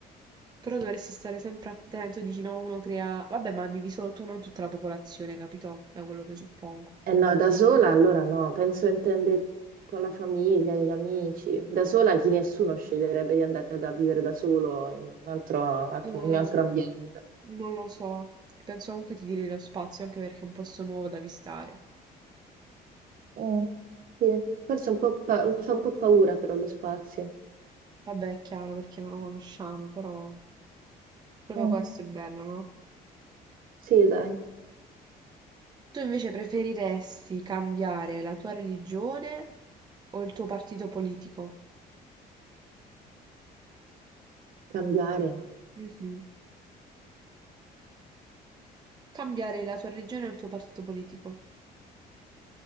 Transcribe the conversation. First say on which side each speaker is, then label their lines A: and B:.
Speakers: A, on the right; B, on the right.
A: però dovresti stare sempre attento, dici no, uno crea... Vabbè, ma vivi solo tu, non tutta la popolazione, capito? Da quello che suppongo.
B: Eh no, da sola allora no, penso intende con la famiglia, gli amici. Da sola chi nessuno sceglierebbe di andare da vivere da solo in un altro, atmo-
A: Eh,
B: in un altro ambiente.
A: non lo so, penso comunque ti tiri lo spazio anche perché è un posto nuovo da visitare.
B: Mm, sì, forse un po' pa- mi fa un po' paura però lo spazio.
A: Vabbè, è chiaro perché non lo conosciamo, però proprio
B: Mm,
A: questo è il bello, no?
B: sì, dai,
A: Tu invece preferiresti cambiare la tua religione o il tuo partito politico?
B: cambiare.
A: Mhm. Cambiare la tua religione o il tuo partito politico?